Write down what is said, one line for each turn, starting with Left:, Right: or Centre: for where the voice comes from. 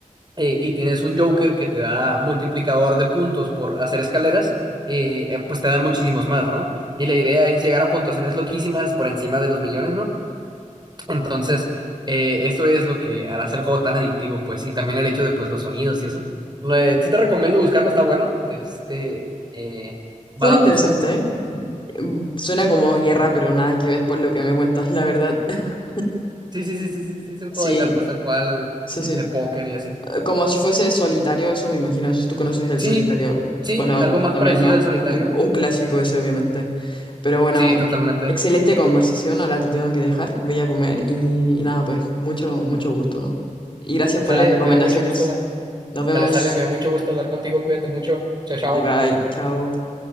Right: eh, y tienes un Joker que te da multiplicador de puntos por hacer escaleras, eh, eh, pues te dan muchísimos más, ¿no? Y la idea es llegar a puntuaciones loquísimas por encima de los millones, ¿no? Entonces, eh, esto es lo que hace el juego tan adictivo, pues, y también el hecho de, pues, los sonidos y eso. No, eh, sí te recomiendo buscarlo, está bueno, de este eh, Balatro
Left: Suena Vale. interesante,
Right: se llama.
Left: ¿eh? Mm, Suena como guerra, pero nada que ver por lo que me cuentas, la verdad. <laughs>
Right: Sí, sí, sí, sí, sí, sí, es un
Left: Sí,
Right: juego de cartas tal cual,
Left: sí, sí.
Right: de póker y así.
Left: Eh, Como si fuese solitario, eso me imagino. No sé si tú conoces el
Right: Sí,
Left: solitario.
Right: sí,
Left: Bueno,
Right: algo más
Left: también
Right: parecido
Left: no.
Right: al solitario.
Left: Un, un clásico ese, obviamente. Pero bueno,
Right: Sí, totalmente.
Left: excelente conversación. Ahora te tengo que dejar. Voy a comer y, y nada, pues mucho, mucho gusto, ¿no? Y gracias
Right: Sale,
Left: por las recomendaciones.
Right: me dio mucho gusto hablar.
Left: Nos vemos.
Right: Sale, sale, me dio mucho gusto hablar contigo, cuídate mucho, chao, chao.
Left: Bye bye. Chao.